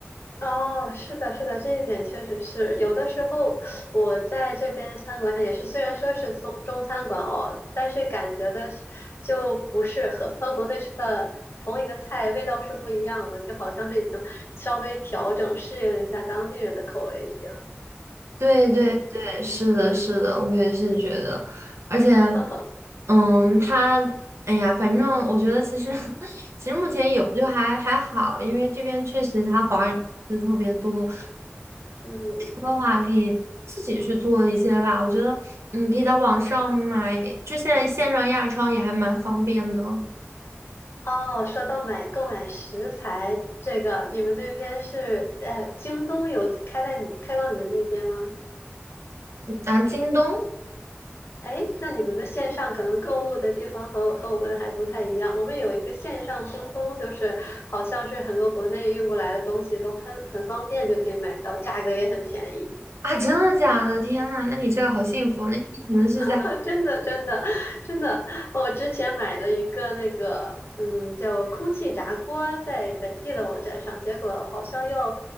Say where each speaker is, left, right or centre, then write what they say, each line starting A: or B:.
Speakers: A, on the left; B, on the right.
A: 哦，是的，是的，这一点确实是。有的时候我在这边的餐馆也是，虽然说是中中餐馆哦，但是感觉的是就不是和和国内吃的同一个菜味道是不一样的，就好像是已经稍微调整适应一下当地人的口味一样。
B: 对对对，
A: 嗯。<laughs> 嗯
B: 是的，是的，我也是觉得，而且，
A: 哈哈，
B: 嗯，他，哎呀，反正我觉得其实 <laughs> 其实目前有就还还好，因为这边确实他华人是特别多，
A: 嗯，
B: 的话可以自己去做一些吧，我觉得，嗯，可以在网上买，就现在线上亚超也还蛮方便的，嗯
A: 哦，说到买购买食材这个，你们那边是呃，京东有开在开到你们那边吗？
B: 啊，京东
A: 哎，那你们的线上可能购物的地方和和我们还不太一样。我们有一个线上京东，就是好像是很多国内运过来的东西都很很方便就可以买到，价格也很便宜。
B: 啊，真的假的？天呐，那你这个好幸福，那你可能是在。
A: <laughs> 真的，真的，真的，我之前买了一个那个，嗯，叫空气炸锅，在本地的网站上，结果好像要，